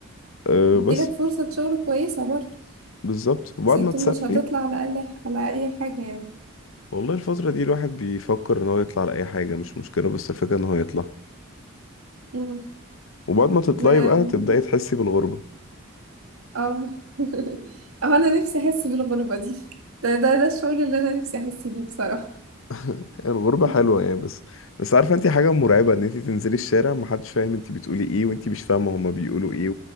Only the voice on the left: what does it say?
آه،
بس
بالظبط وبعد
ما تسافري
والله الفترة دي الواحد بيفكر إن هو يطلع لأي حاجة مش مشكلة بس الفكرة إن هو يطلع
وبعد ما تطلعي
بقى تبدأي تحسي بالغربة
<laughs> الغربة
حلوة يعني بس بس عارفة انت حاجة مرعبة ان انت تنزلي الشارع محدش فاهم انت بتقولي ايه وانت مش فاهمة هما بيقولوا ايه